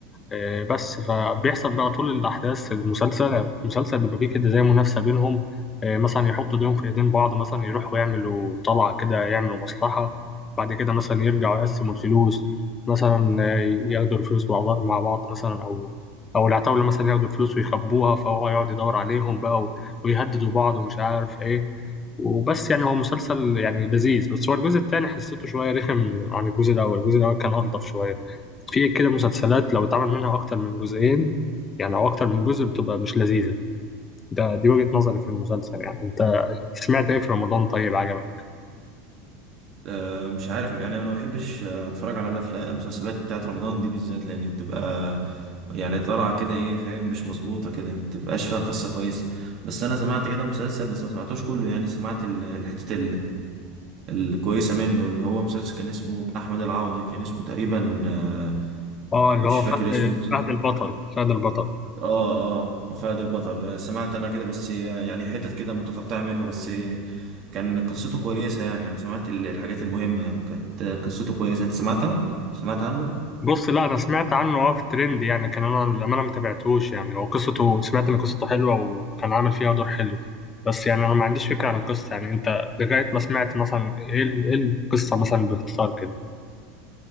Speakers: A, on the left; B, on the right.
A: آه، بس فبيحصل بقى طول الأحداث المسلسل المسلسل بيبقى فيه كده زي منافسة بينهم آه، مثلا يحطوا ايديهم في ايدين بعض مثلا يروحوا يعملوا طلعة كده يعملوا مصلحة بعد كده مثلا يرجعوا يقسموا الفلوس مثلا آه، ياخدوا الفلوس مع بعض مع بعض مثلا أو أو العتاولة مثلا ياخدوا الفلوس ويخبوها فهو يقعد يدور عليهم بقى و- ويهددوا بعض ومش عارف إيه وبس يعني هو مسلسل يعني لذيذ بس هو الجزء التاني حسيته شوية رخم عن الجزء الأول الجزء الأول كان ألطف شوية في كده مسلسلات لو اتعمل منها أكتر من جزئين يعني أو أكتر من جزء بتبقى مش لذيذة ده دي وجهة نظري في المسلسل يعني أنت سمعت إيه في رمضان طيب عجبك؟
B: آه، مش عارف يعني انا ما بحبش آه، اتفرج على الافلام المسلسلات بتاعت رمضان دي بالذات لان بتبقى يعني طالعة كده ايه فاهم مش مظبوطة كده ما بتبقاش فيها قصة كويسة بس انا سمعت كده مسلسل بس ما سمعتوش كله يعني سمعت ال- الحتة الكويسة منه اللي هو مسلسل كان اسمه بتاع أحمد العوضي كان اسمه تقريبا آه،
A: اه اللي
B: مش
A: هو
B: فاكر
A: فهد
B: اسمه بالظبط
A: فهد البطل فهد البطل
B: اه اه فهد البطل آه، سمعت أنا كده بس آه، يعني حتت كده متقطعة منه بس آه، كان قصته كويسة يعني أنا سمعت ال- الحاجات المهمة يعني كانت آه، قصته كويسة أنت سمعت عنه؟ سمعت عنه؟
A: بص لا انا سمعت عنه اه في الترند يعني كان انا للامانه ما تابعتوش يعني هو قصته سمعت ان قصته حلوه وكان عامل فيها دور حلو بس يعني انا ما عنديش فكره عن القصه يعني انت لغايه ما سمعت مثلا ايه ال- إيه القصه مثلا باختصار كده